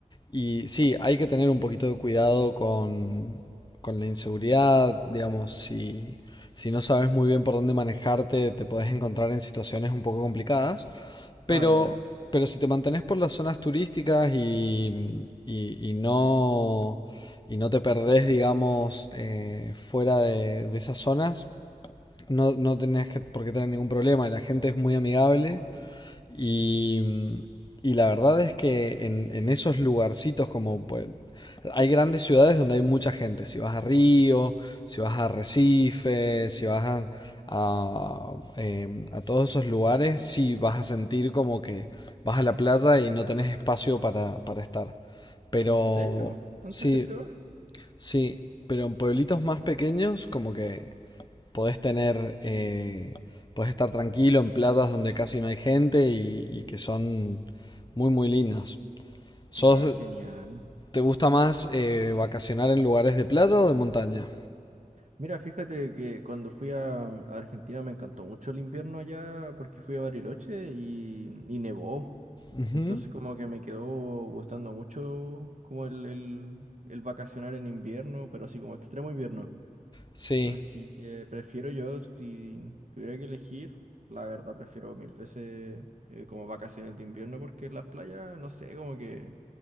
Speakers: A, on the left; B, on the right.
A: Y sí, hay que tener un poquito de cuidado con, con la inseguridad, digamos, si, si no sabes muy bien por dónde manejarte, te podés encontrar en situaciones un poco complicadas, pero,
B: Ah, ya.
A: pero si te mantenés por las zonas turísticas y, y- y no, y no te perdés, digamos, eh, fuera de, de esas zonas, no, no tenés que- por qué tener ningún problema, la gente es muy amigable y, y la verdad es que en, en esos lugarcitos como pues, hay grandes ciudades donde hay mucha gente, si vas a Río, si vas a Recife, si vas a, a, eh, a todos esos lugares, sí vas a sentir como que vas a la playa y no tenés espacio para, para estar. Pero
B: ¿En serio? ¿Tanta
A: sí,
B: gente va?
A: sí, pero en pueblitos más pequeños como que podés tener, eh, podés estar tranquilo en playas donde casi no hay gente y, y que son muy, muy lindas. ¿Sos,
B: Ah, genial.
A: te gusta más eh, vacacionar en lugares de playa o de montaña?
B: Mira, fíjate que cuando fui a, a Argentina me encantó mucho el invierno allá porque fui a Bariloche y, y nevó.
A: Ujú.
B: Entonces como que me quedó gustando mucho como el, el, el vacacionar en invierno, pero así como extremo invierno.
A: Sí,
B: Así que prefiero yo, si tuviera que elegir, la verdad prefiero mil veces eh, como vacaciones de invierno porque las playas, no sé, como que